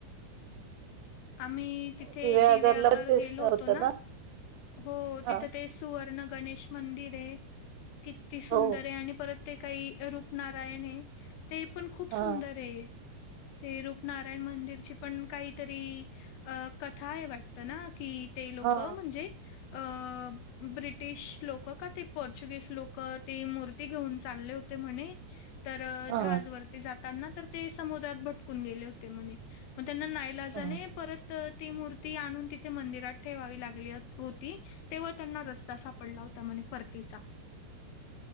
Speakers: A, on the left; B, on the right.
A: आम्ही तिथे
B: दिव्यागरला
A: दिव्यागर
B: पण ते
A: गेलो
B: होत
A: होतो
B: ना
A: हो
B: हा
A: तिथ ते सुवर्ण गणेश मंदिर ये किती सुंदर
B: हो
A: ये आणि परत ते काही रूपनारायण आहे ते पण खूप
B: हा
A: सुंदर ये ते रूपनारायण मंदिरची पण काहीतरी अ कथा आहे वाटत ना की ते लोक
B: हा
A: म्हणजे अ अ ब्रिटिश लोक का ते पोर्चुगीस लोक ती मूर्ती घेऊन चालले होते म्हणे तर
B: हा
A: जहाज वरती जाताना तर ते समुद्रात भटकून गेले होते म्हणे मग त्यांना नाईलाजाने
B: हा
A: परत ती मूर्ती आणून तिथे मंदिरात ठेवावी लागली होती तेव्हा त्यांना रस्ता सापडला होता म्हने परतीचा